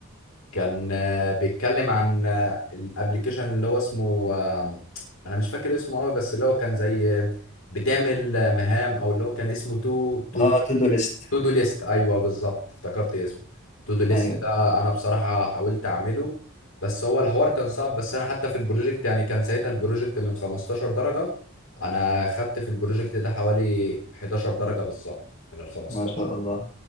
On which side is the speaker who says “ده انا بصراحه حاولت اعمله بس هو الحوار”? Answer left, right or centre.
Left